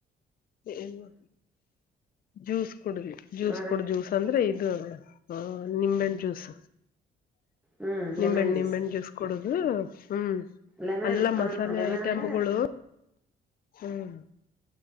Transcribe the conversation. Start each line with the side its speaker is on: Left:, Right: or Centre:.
Left: ಏ ನು ಜ್ಯೂಸ್ ಕುಡುದ್ವಿ. ಜ್ಯೂಸ್
Centre: ಹ್ಮ್
Left: ಕುಡ್ ಜ್ಯೂಸ್ ಅಂದ್ರೆ ಇದು ಹ ನಿಂಬೆಹಣ್ಣ್ ಜ್ಯೂಸ್
Centre: ಹ್ಮ್
Left: ನಿಂಬೆಹಣ್
Centre: ಲೆಮನ್
Left: ನಿಂಬೆಹಣ್ಣ್ ಜ್ಯೂಸ್ ಕುಡುದು ಹ್ಮ್
Centre: ಲೆಮನ್
Left: ಅಲ್ಲ
Centre: ಹ
Left: ಮಸಾಲೆ
Centre: ಲೆಮನ್
Left: ಐಟಮ್ಗಳು
Centre: ಅಂದ್ರೆ
Left: ಹ್ಮ್